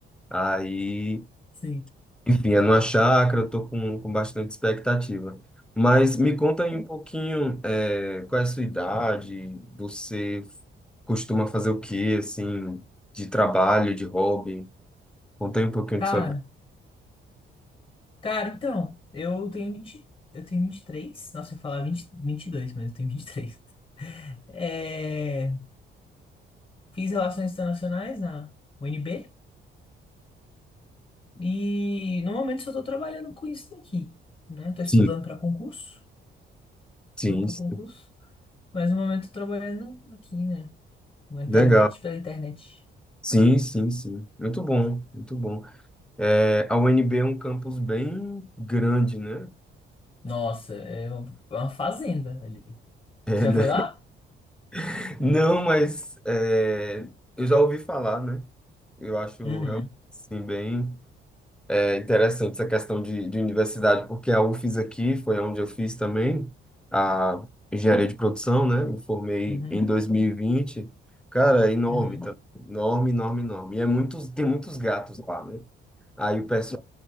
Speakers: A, in the centre; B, on the left (about 25°).
A: Aí,
B: sim.
A: enfim, é numa chácara, eu tô com, com bastante expectativa. Mas me conta aí um pouquinho, é, qual é a sua idade, você costuma fazer o quê, assim, de trabalho, de hobby? Conta aí um pouquinho
B: Cara,
A: de sua vida.
B: cara, então, eu tenho vinte eu tenho vinte e três nossa, eu ia falar vinte, vinte e dois mas eu tenho vinte e três É, fiz relações internacionais na UNB e no momento só tô trabalhando com isso daqui, né? Tô estudando
A: Sim,
B: para concurso,
A: sim,
B: estudando para
A: sim.
B: concurso, mas no momento tô trabalhando aqui, né? Na internet,
A: Legal.
B: pela internet.
A: Sim, sim, sim. Muito bom, muito bom. É, a UNB é um campus bem grande, né?
B: Nossa, é uma fazenda ali.
A: É,
B: Você
A: né?
B: já foi lá?
A: <laughs> Não, mas é, eu já ouvi falar, né? Eu acho
B: Uhum.
A: realmente assim, bem é, interessante essa questão de, de universidade, porque a UFES aqui foi onde eu fiz também a engenharia de produção, né? Me formei
B: Uhum.
A: em 2020. Cara, é enorme,
B: Uhum.
A: tá? Enorme, enorme, enorme. E é muitos, tem muitos gatos lá, né? Aí o pessoal